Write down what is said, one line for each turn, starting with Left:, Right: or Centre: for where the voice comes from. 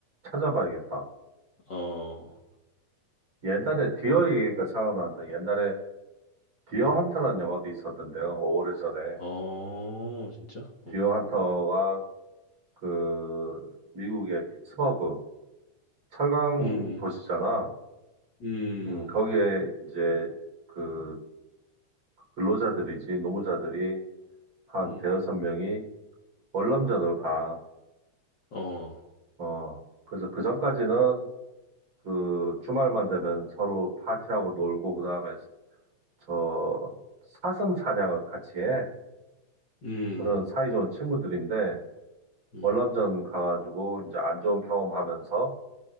Right: 찾아봐야겠다.
Left: 어. 어.
Right: 옛날에 디어 얘기가 생각난다. 옛날에 디어
Left: 음.
Right: 헌터라는 영화도 있었는데요. 오래전에.
Left: 어. 진짜?
Right: 디어
Left: 어.
Right: 헌터가 그, 미국의 피츠버그, 철강
Left: 음.
Right: 도시잖아.
Left: 음.
Right: 음, 거기에 이제 그 근로자들이지, 노무자들이 한
Left: 음.
Right: 대여섯 명이 월남전을 가.
Left: 어.
Right: 어, 그래서 그 전까지는 그 주말만 되면 서로 파티하고 놀고, 그 다음에 저 사슴 사냥을 같이 해.
Left: 음.
Right: 그런 사이좋은 친구들인데,
Left: 음.
Right: 월남전 가가지고 이제 안 좋은 경험하면서